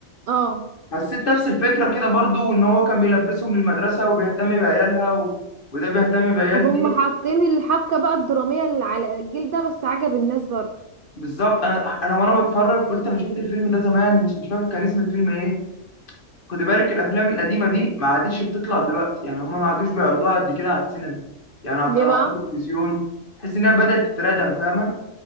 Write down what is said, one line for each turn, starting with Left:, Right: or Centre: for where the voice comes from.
Right: اه
Left: حسيت نفس الفكره كده برضو وان هو كان بيلبسهم للمدرسه وبيهتم بعيالها و... وده بيهتم بعيال
Right: هم
Left: دي
Right: حاطين الحبكة بقى الدرامية اللي على الجيل ده بس عجب الناس برضو
Left: بالظبط انا انا وانا بتفرج قلت انا شفت الفيلم ده زمان بس مش فاكر كان اسم الفيلم ايه خد بالك الافلام القديمه دي ما عادتش بتطلع دلوقتي يعني هما ما عادوش بيعرضوها قد كده على السينما يعني على
Right: ليه
Left: قنوات
Right: بقى؟
Left: التلفزيون تحس انها بدات تتردم فاهمه